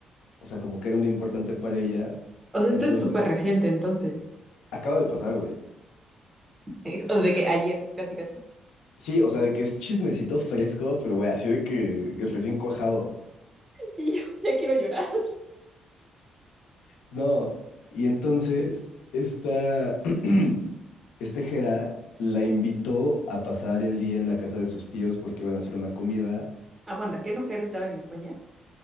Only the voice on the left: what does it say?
o sea, como que era un día importante para ella.
Entonces...
Acaba de pasar, güey.
Sí, o sea, de que es chismecito fresco, pero güey, así de que recién cuajado.
No. Y entonces, esta, <clears throat> este Jera la invitó a pasar el día en la casa de sus tíos porque iban a hacer una comida.